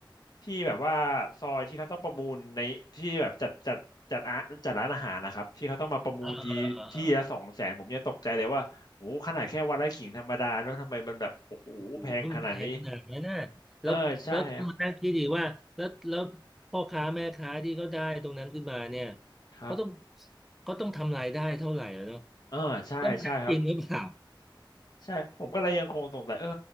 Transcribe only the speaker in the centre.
อ่าอ่าอ่า อุ้ยมันแพงขนาดนั้นนะแล้วแล้วต้องมานั่งคิดดีว่าแล้วแล้วพ่อค้าแม่ค้าที่เขาได้ตรงนั้นขึ้นมาเนี่ย
เขาต้องเขาต้องทำรายได้เท่าไหร่อะเนาะ
แล้วมันได้จริงหรือเปล่า